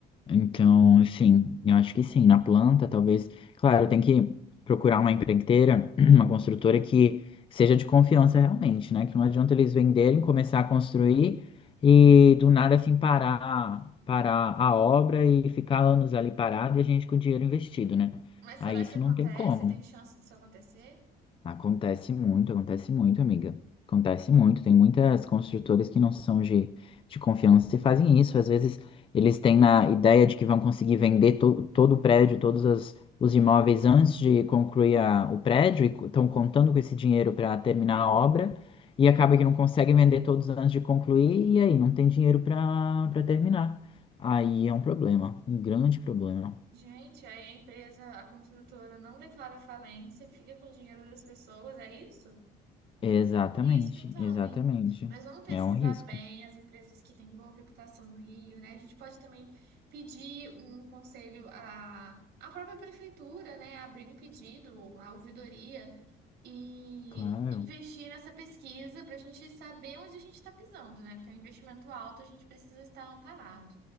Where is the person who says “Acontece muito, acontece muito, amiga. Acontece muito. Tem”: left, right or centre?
Left